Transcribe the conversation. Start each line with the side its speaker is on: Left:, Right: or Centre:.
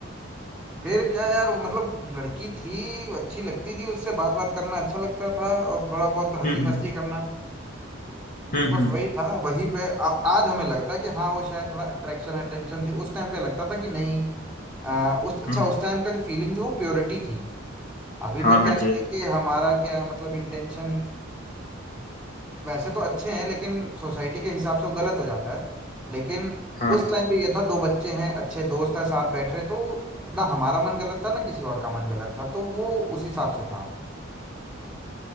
Centre: फिर क्या यार वो मतलब लड़की थी वो अच्छी लगती थी उससे बात बात करना अच्छा लगता था और थोड़ा बहुत हंसी
Left: हम्म
Centre: मस्ती करना
Left: हम्म
Centre: बस
Left: हम्म
Centre: वही था वही पे आ, आज हमें लगता है कि हाँ वो शायद थोड़ा अट्रैक्शन अटेंशन थी उस टाइम पे लगता था कि नहीं आ, उस अच्छा
Left: हम्म,
Centre: उस टाइम का जो फीलिंग थी वो प्योरिटी थी अभी
Left: हाँ
Centre: तो क्या
Left: हाँ जे
Centre: है कि हमारा क्या है, मतलब इंटेंशन वैसे तो अच्छे हैं लेकिन सोसाइटी के हिसाब से वो गलत हो जाता है लेकिन
Left: हाँ
Centre: उस टाइम पे ये था दो बच्चे हैं अच्छे दोस्त हैं साथ बैठ रहे तो ना हमारा मन गलत था ना किसी और का मन गलत था तो वो उस हिसाब से था